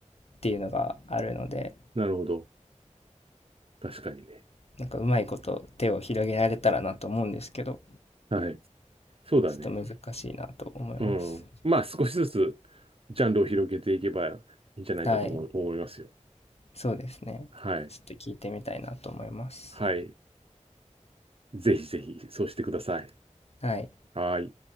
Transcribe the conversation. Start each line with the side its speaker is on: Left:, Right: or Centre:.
Left: っていうのがあるので、
Right: なるほど。確かにね。
Left: なんかうまいこと手を広げられたらなと思うんですけど、
Right: はい。そうだね。
Left: ちょっと難しいなと思います。
Right: うん。まあ、少しずつジャンルを広げていけばいいんじゃないかと思思いますよ。
Left: はい。そうですね。
Right: はい。
Left: ちょっと聞いてみたいなと思います。
Right: はい。ぜひぜひ、そうしてください。
Left: はい。
Right: はい。